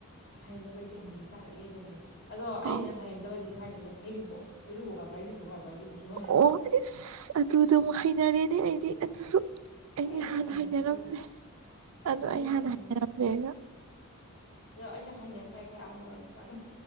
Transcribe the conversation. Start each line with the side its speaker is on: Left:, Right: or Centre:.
Left: ꯍꯥꯏꯅꯗꯕ ꯂꯩꯇꯦ ꯍꯧꯖꯤꯛꯇꯤ ꯆꯥꯔꯒꯦꯗ ꯂꯩꯔꯦ ꯑꯗꯣ ꯑꯩꯅ
Right: ꯑꯧ
Left: ꯍꯩꯅꯗꯕꯗꯤ ꯂ ꯈꯔꯗꯤ ꯂꯩ ꯍꯩꯔꯤꯕꯣꯛ ꯍꯩꯔꯨ ꯕꯣꯛ ꯍꯥꯏꯕ꯭ꯔ ꯍꯩꯔꯤꯕꯣꯛ ꯍꯥꯏꯕ꯭ꯔ ꯑꯗꯨꯗꯣ ꯁꯨꯡ ꯍꯩꯅꯗꯦ
Right: ꯑꯣ ꯏꯁ ꯑꯗꯨꯗꯨ ꯑꯃꯨꯛ ꯍꯩꯅꯔꯦꯅꯦ ꯑꯩꯗꯤ ꯑꯗꯨꯁꯨ ꯑꯩꯗꯤ
Left: ꯑꯩ ꯑꯗꯨ
Right: ꯍꯥꯟꯅ
Left: ꯍꯩꯅꯗ꯭ꯔꯤ
Right: ꯍꯥꯏꯅꯔꯝꯗꯦ ꯑꯗꯣ
Left: ꯑꯗꯨꯗꯣ
Right: ꯑꯩ ꯍꯥꯟꯅ
Left: ꯍꯩꯅꯗ꯭ꯔꯤ
Right: ꯍꯩꯅꯔꯝꯗꯦ ꯑꯩꯁꯨ
Left: ꯑꯗꯣ ꯑꯩꯁꯨ ꯍꯥꯏꯅꯔꯛꯄ ꯌꯥꯏ ꯈꯔ ꯑꯍꯟ ꯑꯣꯏꯔꯛꯄ ꯀꯥꯟꯗ